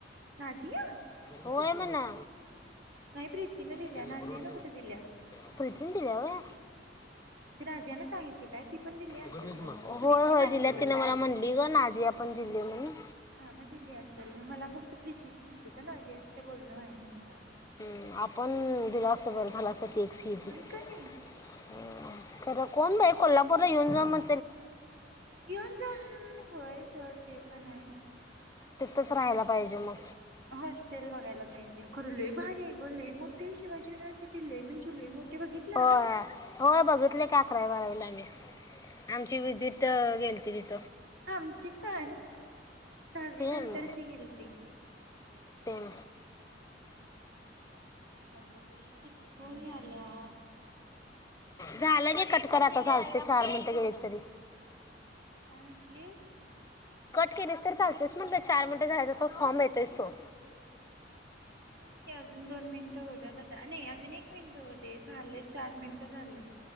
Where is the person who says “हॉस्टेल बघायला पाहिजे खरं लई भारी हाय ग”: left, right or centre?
Right